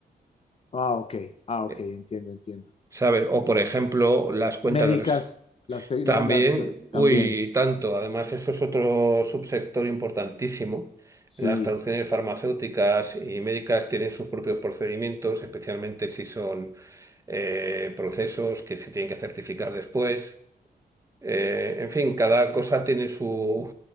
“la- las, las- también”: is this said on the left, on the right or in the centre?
Left